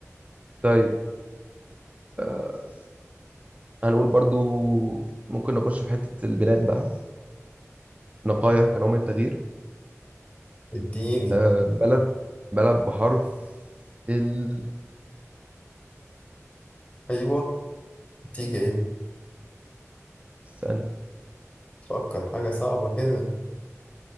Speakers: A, on the right; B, on the left.
A: طيب آه، هنقول برضو ممكن نخش في حته البلاد بقى نغير كنوع من التغيير
B: اديني
A: آه، بلد بلد بحرف ال
B: أيوه تيجي إيه
A: استنى
B: تفكر حاجة صعبة كده